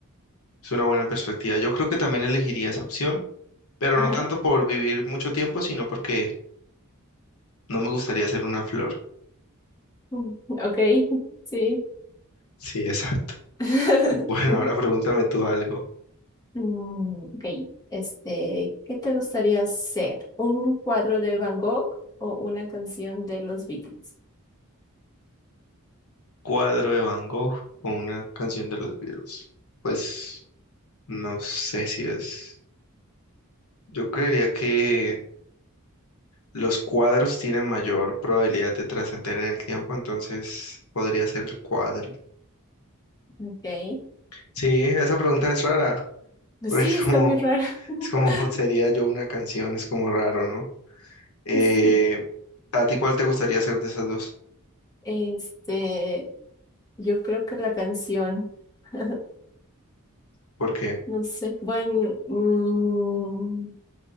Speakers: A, on the left; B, on the left.
A: Es una buena perspectiva. Yo creo que también elegiría esa opción, pero
B: Ajá.
A: no tanto por vivir mucho tiempo, sino porque no me gustaría ser una flor.
B: <laughs> Mm, Ok, sí.
A: Sí, exacto.
B: <laughs>
A: <laughs> Bueno,
B: Sí.
A: ahora pregúntame tú algo.
B: Mm, ok, este, ¿qué te gustaría hacer? ¿Un cuadro de Van Gogh o una canción de los Beatles?
A: ¿Cuadro de Van Gogh o una canción de los Beatles? Pues no sé si es. Yo creería que los cuadros tienen mayor probabilidad de trascender en el tiempo, entonces podría ser el cuadro.
B: Ok,
A: Sí, esa pregunta es rara, <laughs>
B: pues
A: porque
B: sí,
A: es
B: está
A: como,
B: muy rara. <laughs>
A: es como <laughs> sería yo una canción, es como raro, ¿no? Eh,
B: Sí.
A: ¿a ti cuál te gustaría hacer de esas dos?
B: Este, yo creo que la canción, <laughs>
A: ¿Por qué?
B: no sé, bueno, mm,